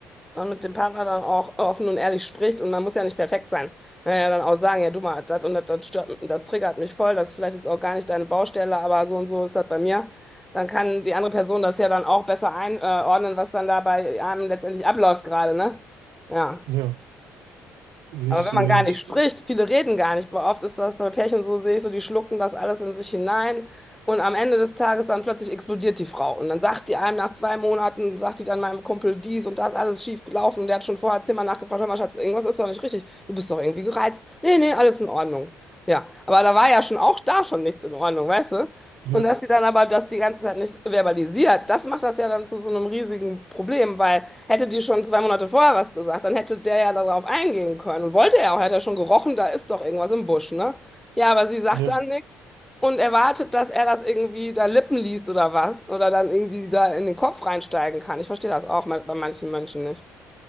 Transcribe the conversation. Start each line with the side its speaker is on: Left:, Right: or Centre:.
Centre: und mit dem Partner dann auch offen und ehrlich spricht und man muss ja nicht perfekt sein. Naja, dann auch sagen, ja, du mal, das und das, das stört, das triggert mich voll, das ist vielleicht jetzt auch gar nicht deine Baustelle, aber so und so ist das bei mir. Dann kann die andere Person das ja dann auch besser einordnen, was dann da bei einem letztendlich abläuft gerade, ne? Ja.
Right: ja, sehe
Centre: Aber
Right: ich
Centre: wenn
Right: so
Centre: man
Right: ähnlich.
Centre: gar nicht spricht, viele reden gar nicht. Aber oft ist das bei Pärchen so, sehe ich so, die schlucken das alles in sich hinein. Und am Ende des Tages dann plötzlich explodiert die Frau. Und dann sagt die einem nach zwei Monaten, sagt die dann meinem Kumpel dies und das, alles schief gelaufen. Und der hat schon vorher zehnmal nachgefragt, hör mal, Schatz, irgendwas ist doch nicht richtig. Du bist doch irgendwie gereizt. Nee, nee, alles in Ordnung. Ja, aber da war ja schon auch da schon nichts in Ordnung, weißt du?
Right: Ja,
Centre: Und dass die dann aber das die ganze Zeit nicht verbalisiert, das macht das ja dann zu so einem riesigen Problem, weil Hätte die schon zwei Monate vorher was gesagt, dann hätte der ja darauf eingehen können. Und wollte er auch, hätte er schon gerochen, da ist doch irgendwas im Busch, ne? Ja, aber sie sagt
Right: ja.
Centre: dann nichts und erwartet, dass er das irgendwie da Lippen liest oder was. Oder dann irgendwie da in den Kopf reinsteigen kann. Ich verstehe das auch man- bei manchen Menschen nicht.